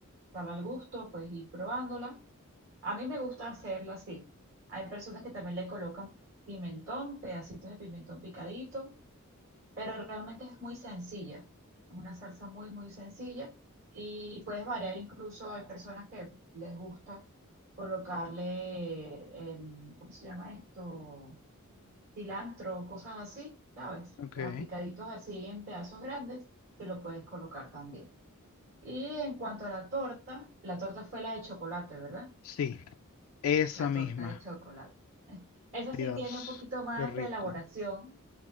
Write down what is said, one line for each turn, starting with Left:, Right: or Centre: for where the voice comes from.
Right: sal al gusto, puedes ir probándola. A mí me gusta hacerla así. Hay personas que también le colocan pimentón, pedacitos de pimentón picadito pero realmente es muy sencilla. Es una salsa muy, muy sencilla y puedes variar. Incluso hay personas que les gusta colocarle, em, ¿cómo se llama esto? Cilantro, cosas así, ¿sabes?
Left: ok.
Right: A picaditos así en pedazos grandes, se lo puedes colocar también. Y en cuanto a la torta, la torta fue la de chocolate, ¿verdad?
Left: Sí, esa
Right: La
Left: misma.
Right: torta de chocolate. Esa
Left: Dios,
Right: sí tiene un poquito más
Left: qué rico.
Right: de elaboración